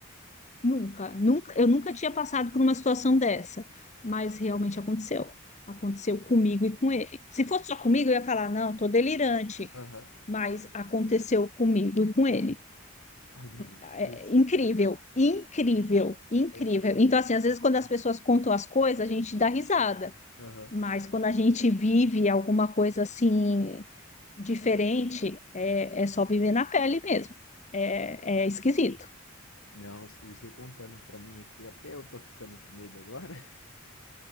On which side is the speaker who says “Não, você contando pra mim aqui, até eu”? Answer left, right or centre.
Left